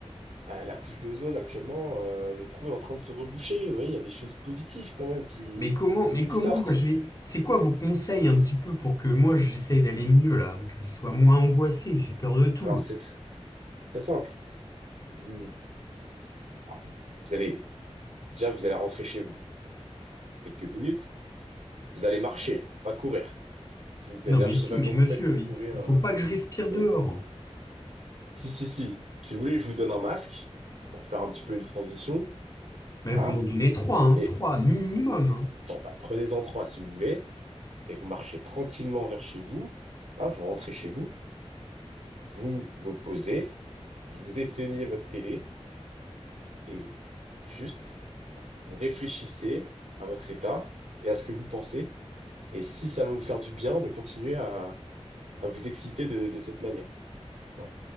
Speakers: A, on the right; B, on the left.
A: Euh, la couche d'ozone, actuellement, euh, le trou est en train de se reboucher. Vous voyez, il y a des choses positives quand même qui,
B: Mais comment, mais comment
A: qui sortent.
B: moi je vais. C'est quoi vos conseils un petit peu pour que moi j'essaye d'aller mieux là, que je sois moins angoissé. J'ai peur de tout.
A: Alors, c'est tr- très simple. Vous, Alors, vous allez, déjà, vous allez rentrer chez vous quelques minutes. Vous allez marcher, pas courir, s'il vous plaît.
B: Non
A: D'ailleurs,
B: mais
A: je
B: si,
A: sais pas
B: mais
A: comment
B: monsieur,
A: vous faites pour
B: il,
A: courir,
B: il
A: euh,
B: faut pas que je respire
A: mais
B: dehors.
A: si, si, si. Si vous voulez, je vous donne un masque pour faire un petit peu une transition.
B: Mais
A: Voilà.
B: vous m'en donnez trois, hein,
A: Et
B: trois minimum. hein.
A: bon, bah, prenez-en trois si vous voulez. Et vous marchez tranquillement vers chez vous. Là, vous rentrez chez vous. Vous vous posez. Vous éteignez votre télé et juste, vous réfléchissez à votre état et à ce que vous pensez. Et si ça va vous faire du bien de continuer à, à vous exciter de, de cette manière. Voilà.